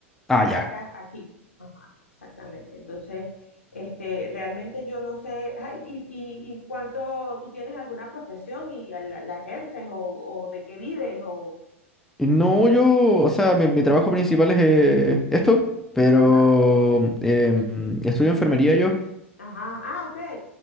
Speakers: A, in the centre; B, on the left.
A: Ah,
B: Caracas
A: ya.
B: aquí. Ajá, exactamente. Entonces, este, realmente yo no sé, ay, y, y, y cuánto tú tienes alguna profesión y la, la ejerces o, o de qué vives o,
A: No, yo, o sea, mi, mi trabajo principal es eh, esto, pero
B: ajá,
A: em, estudio enfermería yo.
B: ajá, ah, ok,